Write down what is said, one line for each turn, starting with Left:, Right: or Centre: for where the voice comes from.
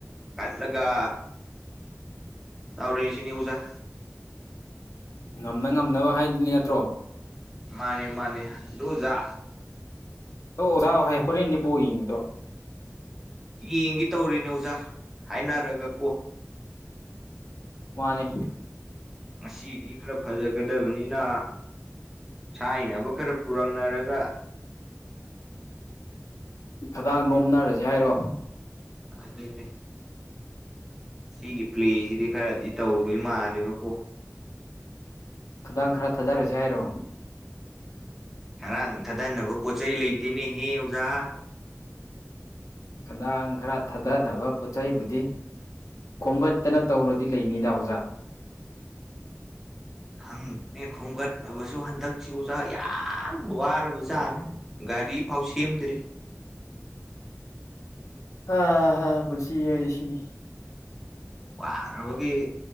Centre: ꯀꯠꯂꯒ ꯇꯥꯎꯔꯤꯅꯤꯁꯤꯅꯤ ꯎꯖꯥ
Left: ꯉꯝꯅ ꯉꯝꯅꯕ ꯍꯥꯏꯗꯨꯅꯤ ꯅꯠꯇ꯭ꯔꯣ
Centre: ꯃꯥꯅꯤ ꯃꯥꯅꯤ ꯑꯗꯨ ꯑꯣꯖꯥ
Left: ꯗꯣ ꯑꯣꯖꯥ ꯍꯣꯔꯦꯟꯗꯤ ꯕꯣꯡ ꯌꯦꯡꯒꯗ꯭ꯔꯣ
Centre: ꯌꯦꯡꯒꯦ ꯇꯧꯔꯤꯅꯦ ꯑꯣꯖꯥ ꯍꯥꯏꯅꯔꯒ ꯀꯣ
Left: ꯃꯥꯅꯦ
Centre: ꯉꯁꯤꯗꯤ ꯈꯔ ꯐꯖꯒꯗꯕꯅꯤꯅ ꯁꯥꯏꯅꯕ ꯈꯔ ꯄꯨꯔꯛꯅꯔꯒ
Left: ꯈꯗꯥꯡ ꯅꯣꯝꯅꯔꯁꯦ ꯍꯥꯏꯔꯣ
Centre: ꯑꯗꯨꯅꯦ ꯁꯤꯒꯤ ꯄ꯭ꯂꯦꯁꯤꯗꯤ ꯈꯔꯗꯤ ꯇꯧꯗꯣꯏ ꯃꯥꯜꯂꯦꯕꯀꯣ
Left: ꯈꯗꯥꯡ ꯈꯔ ꯊꯥꯗꯥꯔꯁꯦ ꯍꯥꯏꯔꯣ
Centre: ꯈꯗꯥꯡ ꯊꯥꯗꯅꯕ ꯄꯣꯠ ꯆꯩꯩ ꯂꯩꯇꯦꯅꯦꯍꯦ ꯑꯣꯖꯥ
Left: ꯈꯗꯥꯡ ꯈꯔ ꯊꯥꯗꯅꯕ ꯄꯣꯠ ꯆꯩꯩꯕꯨꯗꯤ ꯈꯣꯝꯒꯠꯇꯅ ꯇꯧꯔꯗꯤ ꯂꯩꯅꯤꯗ ꯑꯣꯖꯥ
Centre: ꯈꯪꯅꯦ ꯈꯣꯝꯒꯠꯅꯕꯁꯨ ꯍꯟꯗꯛꯁꯤ ꯑꯣꯖꯥ ꯌꯥꯝ ꯋꯥꯔꯕꯖꯥꯅꯤ ꯒꯥꯔꯤ ꯐꯥꯎ ꯁꯦꯝꯗ꯭ꯔꯤ
Left: ꯑꯥ ꯄꯨꯟꯁꯤ ꯍꯥꯏꯁꯤ ꯁꯤꯅꯤ
Centre: ꯋꯥꯔꯕꯒꯤ